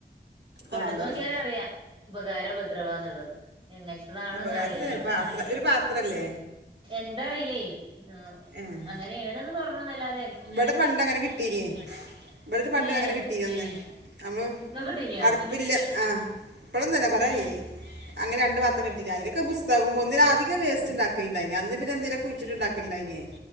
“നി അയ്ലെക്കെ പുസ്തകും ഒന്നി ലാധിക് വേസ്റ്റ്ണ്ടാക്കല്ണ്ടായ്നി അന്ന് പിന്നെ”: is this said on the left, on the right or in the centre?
Right